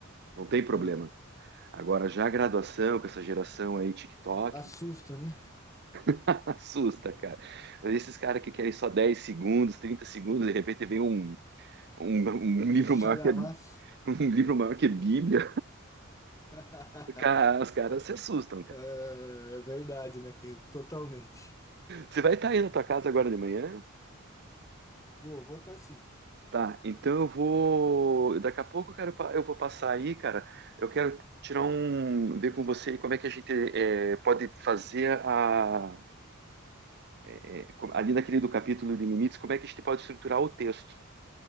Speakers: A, on the right; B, on the left.
A: não tem problema.
B: Sim.
A: Agora, já a graduação, com essa geração aí, TikTok,
B: Assusta, né?
A: <laughs> assusta, cara. Esses caras que querem só 10 segundos, 30 segundos, de repente vem um, um, um
B: Um
A: livro
B: chalhamaço.
A: maior que a <laughs> um livro maior que a Bíblia,
B: <laughs>
A: Cara, os caras se assustam, cara.
B: É, é verdade, né, Caio? Totalmente.
A: Você vai estar aí na tua casa agora de manhã?
B: Vou, vou estar sim.
A: Tá, então eu vou. Daqui a pouco, cara, eu pa- eu vou passar aí, cara. Eu quero tirar um. ver com você aí como é que a gente eh, pode fazer a. eh, eh, co- ali naquele do capítulo de limites, como é que a gente pode estruturar o texto,